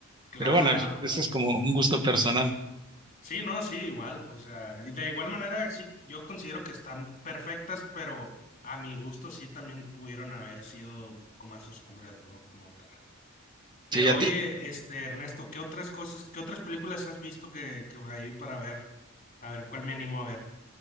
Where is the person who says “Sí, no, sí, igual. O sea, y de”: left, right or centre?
Left